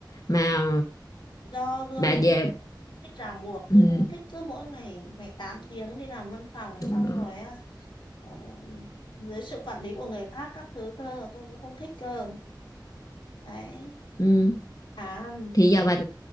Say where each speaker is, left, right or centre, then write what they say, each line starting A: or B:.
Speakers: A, on the left (about 50°); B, on the left (about 85°).
A: mà
B: do ờ,
A: bà về
B: tôi không thích ràng buộc
A: ừ,
B: tôi không thích cứ mỗi ngày phải 8 tiếng đi làm văn phòng
A: đúng
B: xong
A: rồi.
B: rồi ờ, dưới sự quản lý của người khác các thứ cơ tôi cũng không thích cơ đấy
A: Ừ.
B: à
A: thì giờ bà